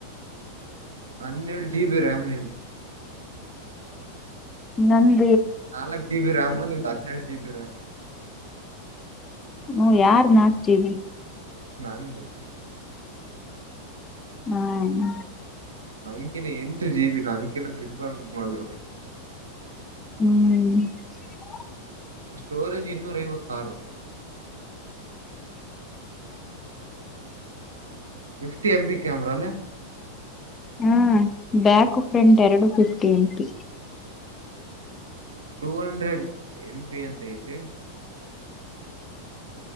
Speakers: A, on the right; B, on the left.
A: ಹನ್ನೆರಡ ಜಿಬಿ ರ್ಯಾಮ್ನಿದ.
B: ನನ್.
A: ನಾಲಕ್ ಜಿಬಿ ರ್ಯಾಮು ನಿಂದ್ ಹದನೇಳು ಜಿಬಿ ರ್ಯಾಮ್.
B: ಹ್ಮ್ ಯಾರ್ ನಾಕ್ ಜಿಬಿ.
A: ನಂದು.
B: ಹ್ಮ್
A: ನಂಕಿನ ಎಂಟ ಜಿಬಿ ನಮ್ ಕಿನಾ ತ್ರಿಬ್ಬರ ಮು ಅದ
B: ಹ್ಮ್
A: ಸ್ಟೋರೆಜ ಇನ್ನೂರೈವತ್ ಆರ್ ಫಿಫ್ಟಿ ಎಂ ಪಿ ಕ್ಯಾಮರಲ್ಲ.
B: ಹ್ಮ ಬ್ಯಾಕ್ ಫ್ರಂಟ್ ಎರಡು fifty MP
A: two hundred M P ಅಂತ ಐತೆ.